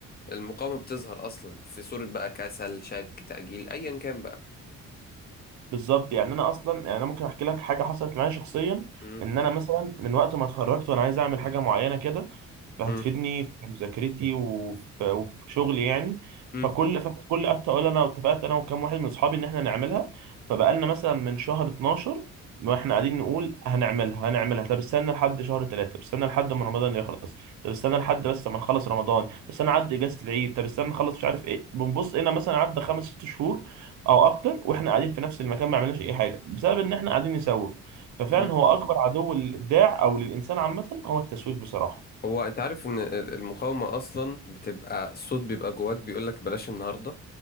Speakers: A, on the left; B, on the right.
A: المقاومة بتظهر أصلا في صورة بقى كسل شك تأجيل أيا كان بقى
B: بالظبط يعني أنا أصلا يعني أنا ممكن أحكي لك حاجة حصلت معايا شخصيا
A: مم.
B: إن أنا مثلا من وقت ما اتخرجت وأنا عايز أعمل حاجة معينة كده فهتفيدني
A: مم.
B: في مذاكرتي وفي, وفي شغلي يعني
A: مم.
B: فكل فكل قعدت اقول انا اتفقت انا وكام واحد من اصحابي ان احنا نعملها فبقالنا مثلا من شهر 12 ما احنا قاعدين نقول هنعملها هنعملها طب استنى لحد شهر 3 طب استنى لحد ما رمضان يخلص طب استنى لحد بس ما نخلص رمضان طب استنى عدى اجازة العيد طب استنى نخلص مش عارف ايه بنبص هنا مثلا عدى خمس ست شهور او اكتر واحنا قاعدين في نفس المكان ما عملناش اي حاجه بسبب ان احنا قاعدين نسوف ففعلا
A: مم.
B: هو اكبر عدو للابداع او للانسان عامه هو التسويف بصراحه
A: هو أنت عارف إن ال- المقاومة أصلا بتبقى الصوت بيبقى جواك بيقولك بلاش النهاردة